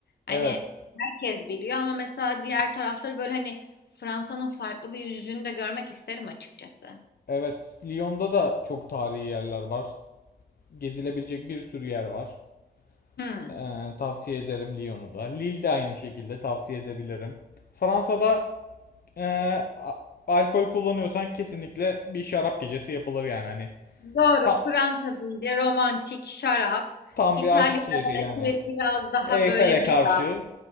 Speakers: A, on the left; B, on the left.
A: Hani
B: Evet.
A: herkes biliyor ama mesela diğer tarafları böyle hani Fransa'nın farklı bir yüzünü de görmek isterim açıkçası.
B: Evet. Lyon'da da çok tarihi yerler var. Gezilebilecek bir sürü yer var.
A: Hmm.
B: Ee, tavsiye ederim Lyon'u da. Lille de aynı şekilde tavsiye edebilirim. Fransa'da ee, a- alkol kullanıyorsan kesinlikle bir şarap gecesi yapılır yani hani.
A: Doğru
B: Ta-
A: Fransa deyince romantik şarap.
B: tam
A: İtalya'da
B: bir aşk şehri yani.
A: belki biraz daha
B: Eyfel'e
A: böyle bira.
B: karşı,